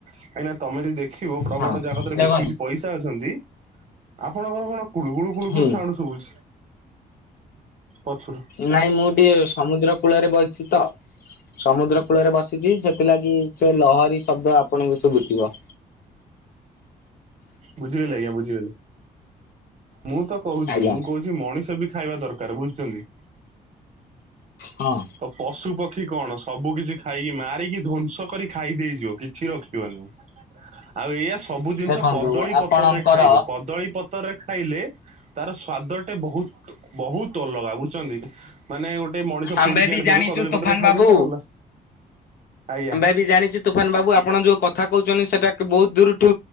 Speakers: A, on the right (about 45°); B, on the left (about 70°).
A: କାହିଁକି ନା ତମେ ଯଦି ଦେଖିବ ବଡ
B: ହଁ
A: ବଡ ଜାଗତରେ
B: ଦେଖନ୍ତୁ
A: ବେଶୀ ବେଶୀ ପଇସା ଅଛନ୍ତି। ଆପଣଙ୍କର କଣ କୁଳୁ କୁଳୁ
B: ହୁଁ
A: କୁଳୁ ସାଉଣ୍ଡ ସବୁଛି ପଛରୁ
B: ନାଇଁ ମୁଁ ଟିକେ ସମୁଦ୍ର କୂଳରେ ବସିଛି ତ ସମୁଦ୍ର କୂଳରେ ବସିଛି ସେ ସେଥିଲାଗି ସେ ଲହରୀ ଶବ୍ଦ ଆପଣଙ୍କୁ ସୁଭୁଥିବ।
A: ବୁଝିଗଲି ଆଜ୍ଞା ବୁଝିଗଲି। ମୁଁ ତ କହୁଛି
B: ଆଜ୍ଞା।
A: ମୁଁ କହୁଛି ମଣିଷ ବି ଖାଇବା ଦରକାର ବୁଝିଛନ୍ତି।
B: ହଁ।
A: ପଶୁ ପକ୍ଷୀ କଣ ସବୁ କିଛି ଖାଇକି ମାରିକି ଧ୍ଵଂସ କରି ଖାଇ ଦେଇଯିବ କିଛି ରଖିବନି। ଆଉ ଏଇୟା ସବୁ ଜିନିଷ
B: ଦେଖନ୍ତୁ
A: କଦଳୀ
B: ଆପଣଙ୍କର
A: ପତରରେ ଖାଇବ କଦଳୀ ପତରରେ ଖାଇଲେ ତାର ସ୍ଵାଦ ଟେ ବହୁତ ବହୁତ ଅଲଗା ବୁଝୁଛନ୍ତି। ମାନେ ଗୋଟେ ମଣିଷ
B: ଆମ୍ଭେ
A: ପୋଡିକି
B: ବି
A: ଆଣିଥିବେ
B: ଜାଣିଛୁ
A: କଦଳୀପତ୍ରରେ
B: ତୋଫାନ
A: ଖାଇଦେବେ
B: ବାବୁ
A: ତାର ଅଲ ଆଜ୍ଞା।
B: ମୁଁ ବି ଜାଣିଚି ତୁଫାନ ବାବୁ ଆପଣ ଯୋଉ କଥା କହୁଛନ୍ତି ସେଟା ବହୁତ ଦୂରୁଠୁ